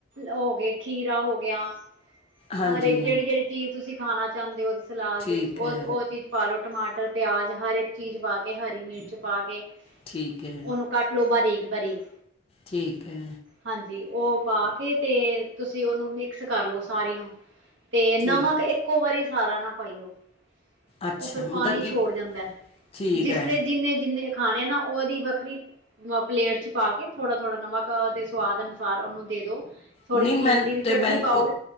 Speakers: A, on the right; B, on the left.
A: ਹੋ ਗਏ ਖੀਰਾ ਹੋ ਗਿਆ।
B: ਹਾਂਜੀ
A: ਹਰ ਇੱਕ ਜਿਹੜੀ ਜਿਹੜੀ ਚੀਜ਼ ਤੁਸੀਂ ਖਾਣਾ ਚਾਹੁੰਦੇ ਓ ਸਲਾਦ
B: ਠੀਕ
A: ਦੇ ਉਹ
B: ਹੈ
A: ਉਹ ਚੀਜ਼। ਪਾ ਲਉ ਟਮਾਟਰ ਪਿਆਜ਼ ਹਰ ਇੱਕ ਚੀਜ਼ ਪਾ ਕੇ ਹਰੀ ਮਿਰਚ ਪਾ ਕੇ।
B: ਠੀਕ ਐ।
A: ਉਹਨੂੰ ਕੱਟ ਲੋ ਬਾਰੀਕ ਬਾਰੀਕ
B: ਠੀਕ ਐ।
A: ਹਾਂਜੀ, ਉਹ ਪਾ ਕੇ ਤੇ ਤੁਸੀਂ ਉਹਨੂੰ ਮਿਕਸ ਕਰ ਲਓ ਸਾਰੇ ਨੂੰ। ਤੇ ਨਮਕ
B: ਠੀਕ
A: ਇੱਕੋ ਵਾਰੀ ਸਾਰਾ ਨਾ ਪਾਈਓ।
B: ਅੱਛਾ
A: ਉਹ ਫਿਰ
B: ਮਤਲਬ
A: ਪਾਣੀ
B: ਕਿ
A: ਛੋੜ ਜਾਂਦਾ
B: ਠੀਕ
A: ਜਿਸ
B: ਹੈ
A: ਲਈ ਜਿੰਨੇ ਜਿੰਨੇ ਖਾਣੇ ਨਾ ਉਹਦੀ ਵੱਖਰੀ। ਪਲੇਟ ਚ ਪਾ ਕੇ ਥੋੜਾ ਥੋੜਾ ਨਮਕ ਦੇ ਸਵਾਦ ਅਨੁਸਾਰ ਉਹਨੂੰ ਦੇ ਦੋ। ਥੋੜ੍ਹੀ
B: ਨਹੀਂ
A: ਜਿਹੀ
B: ਮੈਂ
A: ਇਮਲੀ ਦੀ
B: ਤੇ
A: ਚਟਣੀ
B: ਮੈਂ
A: ਪਾਓ।
B: ਉਹ